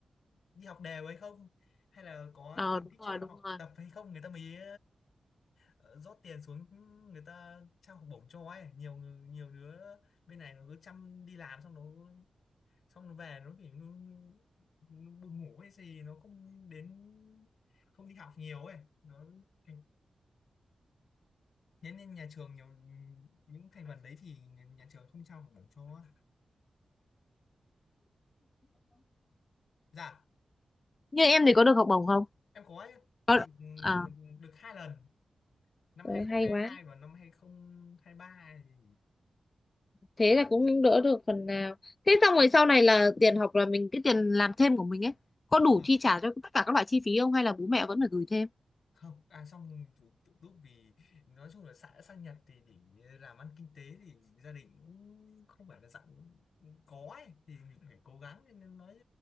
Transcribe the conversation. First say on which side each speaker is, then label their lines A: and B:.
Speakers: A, on the left; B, on the left.
A: đi học đều hay không hay là có
B: ờ,
A: thành
B: đúng
A: tích
B: rồi
A: trong
B: đúng
A: học
B: rồi
A: tập hay không người ta mới ờ, rót tiền xuống người ta trao học bổng cho ấy nhiều người- nhiều đứa bên này nó cứ chăm đi làm xong nó xong nó về nó kiểu nó, nó buồn ngủ hay gì nó không đến không đi học nhiều ấy nó thành thế nên nhà trường nhiều những thành phần đấy thì nhà nhà trường không trao học bổng cho dạ
B: như em thì có được học bổng không
A: em có ấy,
B: có
A: được,
B: à
A: được hai lần năm
B: Ôi
A: hai không
B: hay
A: hai
B: quá.
A: hai và năm 2023 thì
B: Thế là cũng đỡ được phần nào. Thế xong rồi sau này là tiền học là mình cái tiền làm thêm của mình ấy có đủ
A: à,
B: chi trả cho tất cả các loại chi phí không hay là bố mẹ vẫn phải gửi thêm
A: không à xong tự, tự túc vì nói chung là xã sang Nhật thì để làm ăn kinh tế thì gia đình cũng không phải là dạng có ấy thì mình phải cố gắng Thế nên nói